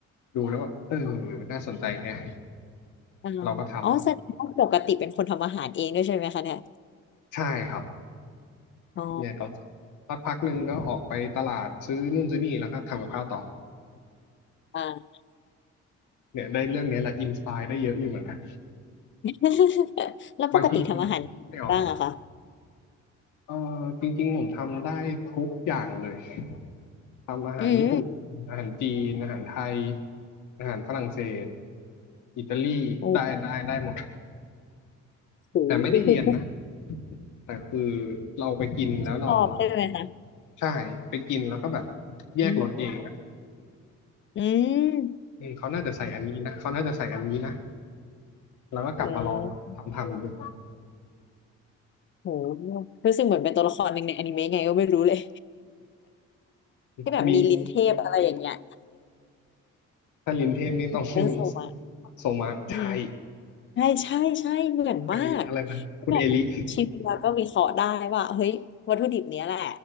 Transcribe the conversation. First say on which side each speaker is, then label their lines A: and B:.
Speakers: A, on the left; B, on the left.
A: ดูแล้วแบบเออน่าสนใจแฮะ
B: อ่า
A: เราก็ทำ
B: อ๋อแสดงว่าปกติเป็นคนทำอาหารเองด้วยใช่ไหมคะเนี่ย
A: ใช่ครับ
B: อ๋อ
A: เนี่ยเราสักพักหนึ่งก็ออกไปตลาดซื้อนู่นซื้อนี่แล้วก็ทำกับข้าวต่อ
B: อ่า
A: เนี่ยได้เรื่องเนี้ยแหละอินสปายได้เยอะอยู่เหมือนกัน
B: <laughs> แล้วปกติทำอาหารบ้างอะคะ
A: บางทีคิดไม่ออก เออจริงๆผมทำได้ทุกอย่างเลยทำอาหารญี่ปุ่นอาหารจีนอาหารไทย
B: อืม
A: อาหารฝรั่งเศสอิตาลีได้ได้ได้หมด
B: โอ้โ
A: แต่ไม่ได้เรียนนะ
B: ห
A: แต่คือเราไปกินแล้วเรา
B: ชอบใช่ไหมคะ
A: ใช่ไปกินแล้วก็แบบแยกรสเองอะ
B: อืมอืม
A: อืมเขาน่าจะใส่อันนี้นะเขาน่าจะใส่อันนี้นะแล้วก็กลับมาลองทำทำดู
B: โอ้โหรู้สึกเหมือนเป็นตัวละครหนึ่งในอนิเมะไงก็ไม่รู้เลย <laughs>
A: มี
B: ที่แบบมีลิ้นเทพอะไรอย่างเงี้ย
A: ถ้าลินเทพนี่ต้อง <laughs>
B: เรื่องโซมา
A: โซมะใช่
B: อืมใช่ใช่ใช่เหมือนมาก
A: เป็นอะไรนะคุณเอลิ
B: ที่แบบชิมแล้วก็วิเคราะห์ได้ว่าเฮ้ยวัตถุดิบเนี้ยแหละ